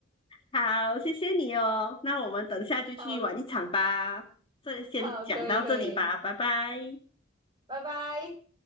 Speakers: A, on the left; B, on the right.
A: 好，谢谢你哦，那我们等下就去玩一场吧，
B: 好
A: 这先讲到这里吧，
B: 好，可以可以，
A: 拜拜。
B: 拜拜。